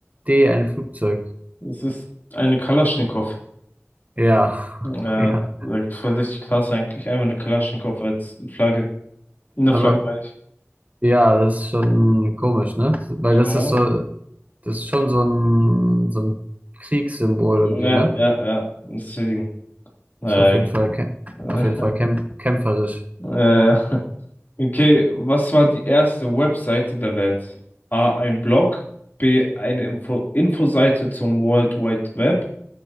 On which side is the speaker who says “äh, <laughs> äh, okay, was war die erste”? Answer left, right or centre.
Left